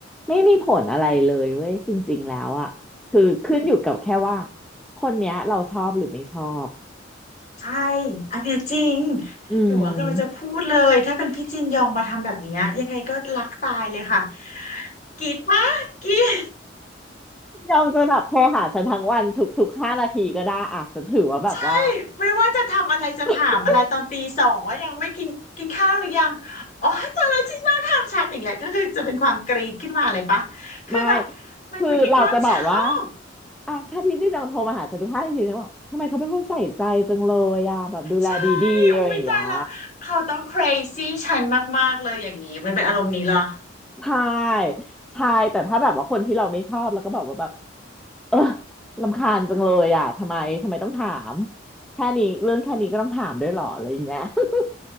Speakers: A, in the centre; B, on the left.
A: ไม่มีผลอะไรเลยเว้ยจริงๆแล้วอ่ะคือขึ้นอยู่กับแค่ว่าคนเนี้ยเราชอบหรือไม่ชอบ
B: ใช่ อันเนี้ยจริง
A: อืม
B: หนูกำลังจะพูดเลย ถ้าเป็นพี่จินยองมาทำแบบเนี้ยยังไงก็รักตายเลยค่ะกรีดปะกรีด
A: ยองจะแบบโทรหาฉันทั้งวันทุกทุกห้านาทีก็ได้อ่ะฉันถือว่าแบบว่า
B: ใช่ไม่ว่าจะทำอะไรจะถามอะไรตอนตีสองว่ายังไม่กินกินข้าวหรือยัง
A: <coughs>
B: อ๋อตอนนั้นจินยองถามฉันอย่างเงี้ยก็คือจะเป็นความกรีดขึ้นมาเลยปะคือแบบ
A: <laughs> ไม่
B: มันอยู่ที่ความชอบ
A: คือเราจะบอกว่า อ่ะถ้าพี่จี้จังโทรมาหาฉันทุกท่าทีฉันบอกทำไมเขาเป็นคนใส่ใจจังเลยอ่ะแบบดูแลดีๆอะไรอย่างเงี้ย
B: ใช่ อุ้ยตายละเขาต้อง crazy ฉันมากๆเลยอย่างนี้มันเป็นอารมณ์นี้เหรอ
A: ใช่ใช่แต่ถ้าแบบว่าคนที่เราไม่ชอบแล้วก็บอกว่าแบบเออรำคาญจังเลยอ่ะทำไมทำไมต้องถามแค่นี้เรื่องแค่นี้ก็ต้องถามด้วยเหรออะไรอย่างเงี้ย <laughs>